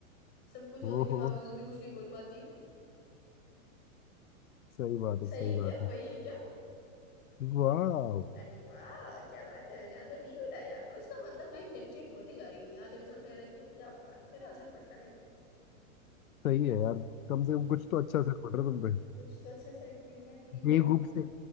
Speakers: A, on the left; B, on the left.
A: सब कुछ होने
B: ओ
A: के
B: हो
A: बावजूद भी कुछ नहीं बोल पाती
B: सही बात है
A: सही
B: सही
A: है क्या
B: बात है
A: वही है क्या
B: वाह
A: अरे वाह क्या बात है मैंने आंसर ठीक बताया अब इसका मतलब मैं इंटेलिजेंट होती जा रही हूँ यहाँ तेरे साथ रह रहा कि क्या बात है तेरा असर पड़ रहा है मेरे पे
B: सही है यार कम से
A: हम्म
B: कम कुछ तो अच्छा असर पड़ रहा है तुम पे
A: कुछ तो अच्छा से ह्यूमन भी
B: बेवकूफ
A: तो है
B: से